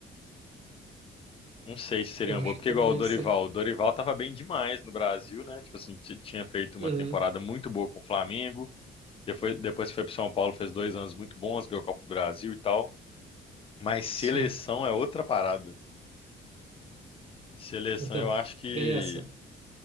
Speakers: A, on the left; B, on the right.
A: Não sei se seria
B: Eu
A: uma
B: acho
A: boa, porque
B: que talvez
A: igual o Dorival,
B: seja.
A: o Dorival tava bem demais no Brasil, né? Tipo assim, ti- tinha feito uma
B: Uhum.
A: temporada muito boa com o Flamengo, depois, depois que foi pro São Paulo, fez dois anos muito bons, ganhou a Copa do Brasil e tal. Mas seleção
B: Sim.
A: é outra parada. Seleção
B: Então,
A: eu acho que,
B: tem essa.